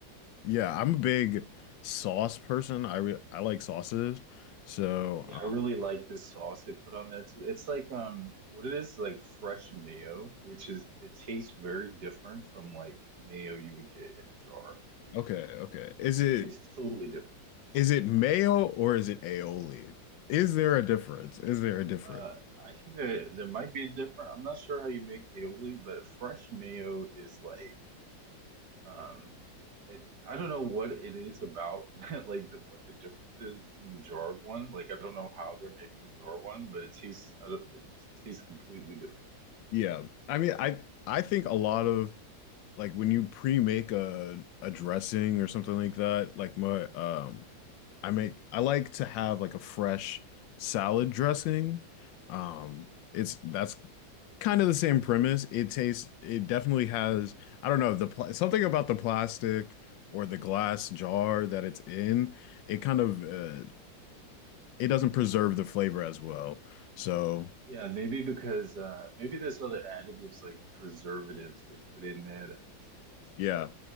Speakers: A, on the left; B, on the right.
A: yeah, I'm a big sauce person. I re I like sauces. So
B: Yeah,
A: uh,
B: I really like this sauce they put on there too. It's like um, what it is is like fresh mayo, which is it tastes very different from like mayo you would get in a jar.
A: okay, okay. Is it
B: It tastes totally different.
A: is it mayo or is it aioli? Is there a difference? Is there a difference?
B: Uh, I think that there might be a different. I'm not sure how you make aioli, but fresh mayo is like, um, it, I don't know what it is about <laughs> that, like the, what the difference is between the jarred one. Like I don't know how they're making the jarred one, but it tastes, I don't, it just tastes completely different to me.
A: Yeah. I mean, I I think a lot of like when you pre-make a a dressing or something like that, like my um I make I like to have like a fresh salad dressing. Um, it's that's kind of the same premise. It tastes it definitely has I don't know the pl something about the plastic or the glass jar that it's in. It kind of uh, it doesn't preserve the flavor as well. So
B: Yeah, maybe because uh, maybe there's other additives like preservatives they put in there that makes it taste
A: yeah,